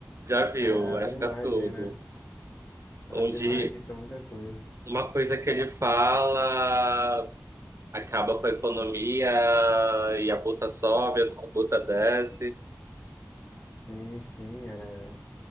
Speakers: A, on the right (about 65°); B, on the left (about 65°).
A: já viu,
B: É,
A: lasca
B: abre margem,
A: tudo.
B: né? Abre
A: Onde
B: margem para muita coisa.
A: uma coisa que ele fala acaba com a economia e a bolsa sobe, a bolsa desce.
B: Sim, sim, é...